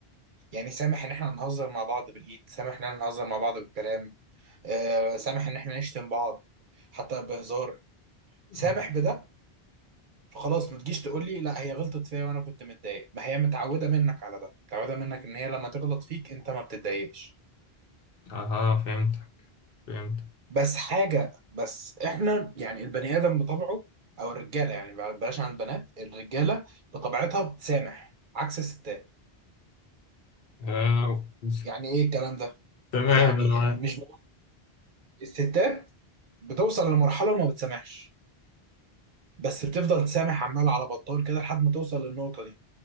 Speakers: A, on the right; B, on the left.
A: يعني سامح ان احنا نهزر مع بعض بالايد سامح ان احنا نهزر مع بعض بالكلام آه سامح ان احنا نشتم بعض حتى بهزار
B: أمم.
A: سامح بده فخلاص ما تجيش تقول لي لا هي غلطت فيا وانا كنت متضايق ما هي متعوده منك على ده متعوده منك ان هي لما تغلط فيك انت ما بتتضايقش
B: اها فهمتك فهمتك
A: بس حاجة بس احنا يعني البني آدم بطبعه أو الرجالة يعني بلاش عن البنات الرجالة بطبيعتها بتسامح عكس الستات
B: آه أوكي.
A: يعني إيه الكلام ده؟
B: تمام
A: يعني
B: انا معاك
A: آه، مش ب- الستات بتوصل لمرحلة وما بتسامحش بس بتفضل تسامح عمال على بطال كده لحد ما توصل للنقطة دي